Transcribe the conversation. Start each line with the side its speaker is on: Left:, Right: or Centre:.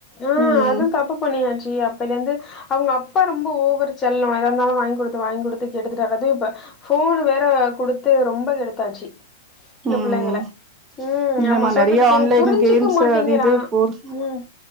Left: ஆ
Right: ம்
Left: அதாந் தப்பு பண்ணுயாச்சி அப்பேலந்து அவுங்க அப்பா ரொம்ப ஓவர் செல்லோ எதா இருந்தாலு வாங்கி குடுத்து வாங்கி குடுத்து கெடுத்துட்டாரு அது இப்ப ஃபோன் வேற குடுத்து ரொம்ப கெடுத்தாச்சு இந்த
Right: ம்
Left: புள்ளைங்கள
Right: ம்
Left: ம்
Right: இல்லேமா
Left: ஆமா சொல்றது
Right: நெறைய
Left: கேளுங்
Right: ஆன்லைன்
Left: புரிஞ்சுக்க
Right: கேம்ஸ்ஸு
Left: மாட்டேங்கிறா
Right: அது இது போர்
Left: ம்